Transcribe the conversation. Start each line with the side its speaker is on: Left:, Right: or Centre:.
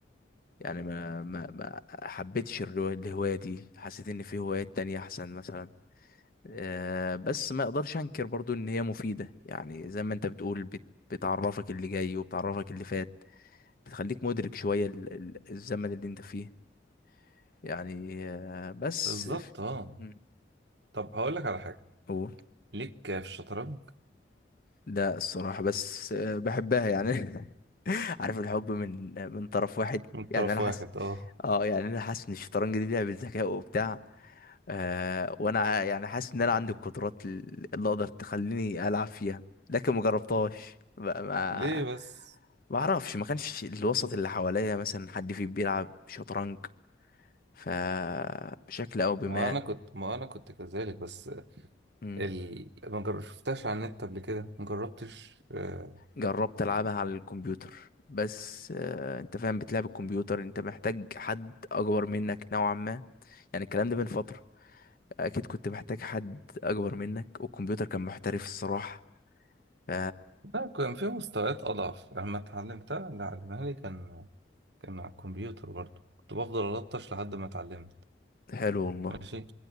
Left: يعني ما ما ما حبيتش الرو- الهواية دي حسيت ان في هوايات تانية احسن مثلا آه، بس ما اقدرش انكر برضو ان هي مفيدة يعني زي ما انت بتقول بت- بتعرفك اللي جاي وبتعرفك اللي فات بتخليك مدرك شوية ال- ال- الزمن اللي انت فيه يعني آه، بس
Right: بالظبط
Left: ف-
Right: اه
Left: مم.
Right: طب هقول لك على حاجة
Left: قول
Right: ليك في الشطرنج
Left: لا الصراحة بس آه، بحبها يعني <laughs> عارف الحب من من طرف واحد
Right: من طرف
Left: يعني انا حاسس
Right: واحد اه
Left: اه يعني انا حاسس ان الشطرنج دي لعبة ذكاء وبتاع آه وانا يعني حاسس ان انا عندي القدرات اللي اقدر تخليني العب فيها لكن ما جربتهاش بقى ما
Right: ليه بس
Left: ما اعرفش ما كانش الوسط اللي حواليا مثلا حد فيه بيلعب شطرنج فبشكل او بما
Right: ما انا كنت ما انا كنت كذلك بس
Left: مم.
Right: ال... ما جر- شفتهاش على النت قبل كده ما جربتش آه،
Left: جربت العبها على الكمبيوتر بس آه انت فاهم بتلعب الكمبيوتر انت محتاج حد اكبر منك نوعا ما يعني الكلام ده من فترة اكيد كنت محتاج حد اكبر منك والكمبيوتر كان محترف الصراحة ف
Right: لا كان في مستويات اضعف لما اتعلمتها اللي علمها لي كان كان على الكمبيوتر برضو كنت بفضل الطش لحد ما اتعلمت
Left: حلو والله
Right: ماشي